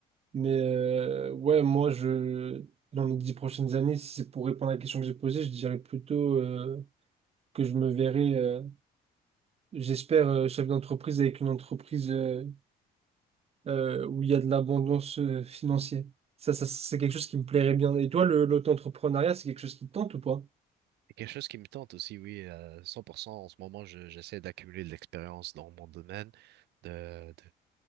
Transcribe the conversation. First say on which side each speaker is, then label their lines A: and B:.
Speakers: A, on the right (about 35°); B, on the right (about 80°).
A: Mais euh, ouais, moi, je, dans les dix prochaines années, si c'est pour répondre à la question que j'ai posée, je dirais plutôt euh, que je me verrais, euh, j'espère, euh, chef d'entreprise avec une entreprise euh, euh, où il y a de l'abondance euh, financière. Ça, ça, c'est quelque chose qui me plairait bien. Et toi, le, l'auto-entrepreneuriat, c'est quelque chose qui te tente ou pas?
B: C'est quelque chose qui me tente aussi, oui, euh, 100%. En ce moment, je- j'essaie d'accumuler de l'expérience dans mon domaine, de, de,